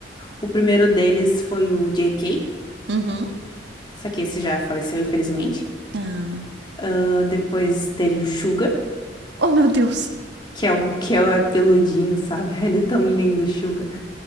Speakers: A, on the left; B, on the right.
A: O primeiro deles foi o JK,
B: Uhum.
A: só que esse já faleceu, infelizmente.
B: Ah.
A: Ah, depois teve o Suga.
B: Oh, meu Deus.
A: Que é um que é peludinho, sabe? <laughs> Ele é tão lindo, Suga.